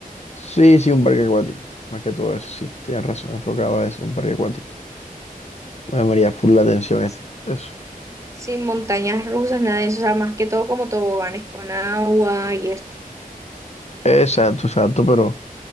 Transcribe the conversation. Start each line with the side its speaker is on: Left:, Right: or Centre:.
Left: Sí, sí, un parque acuático. Más que todo eso, sí, tienes razón, enfocado a eso, un parque acuático. Bueno, me llamaría full la atención ese. Eso.
Right: sin montañas rusas, nada de eso, o sea, más que todo como toboganes con agua y esto.
Left: Exacto, exacto, pero...